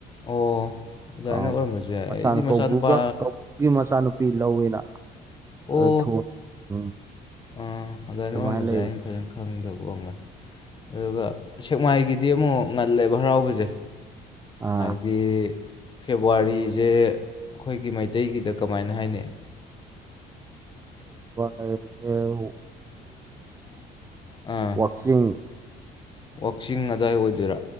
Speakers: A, on the left; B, on the right.
A: ꯑꯣ ꯑꯗꯨꯃꯥꯏꯅ
B: ꯀꯥꯎꯒ꯭ꯔꯦ
A: ꯑꯣꯏꯔꯝꯕꯁꯨ ꯌꯥꯏ
B: ꯃꯆꯥꯅ
A: ꯑꯩꯗꯤ ꯃꯆꯥꯅꯨꯄꯥ
B: ꯀꯧꯕ꯭ꯔꯨꯒ ꯀꯧꯕ꯭ꯔꯨꯒꯤ ꯃꯆꯥꯅꯨꯄꯤ ꯂꯧꯋꯦꯅ
A: ꯑꯣ
B: ꯑꯗꯨ ꯊꯣꯡ ꯎꯝ
A: ꯑꯥ ꯑꯗꯨꯏꯅ
B: ꯑꯗꯨꯃꯥꯏꯅ
A: ꯑꯣꯏꯔꯝꯕꯁꯦ
B: ꯂꯩꯕꯅꯦ
A: ꯑꯩꯅ ꯐꯖꯅ ꯈꯪꯗꯕ ꯀꯣꯛꯝꯒꯅꯤ ꯑꯗꯨꯒ ꯁꯦꯛꯃꯥꯏꯒꯤꯗꯤ ꯑꯃꯨꯛ ꯉꯜꯂꯦꯕ ꯍꯔꯥꯎꯕꯁꯦ
B: ꯑꯥ
A: ꯍꯥꯏꯗꯤ ꯐꯦꯕꯋꯥꯔꯤꯁꯦ ꯑꯩꯈꯣꯏꯒꯤ ꯃꯩꯇꯩꯒꯤꯗ ꯀꯃꯥꯏꯅ ꯍꯥꯏꯅꯩ
B: <unintelligible> ꯑ
A: ꯑꯥ
B: ꯋꯥꯛꯆꯤꯡ
A: ꯋꯥꯛꯆꯤꯡ ꯑꯗꯨꯗꯥꯋꯥꯏ ꯑꯣꯏꯗꯣꯏꯔꯥ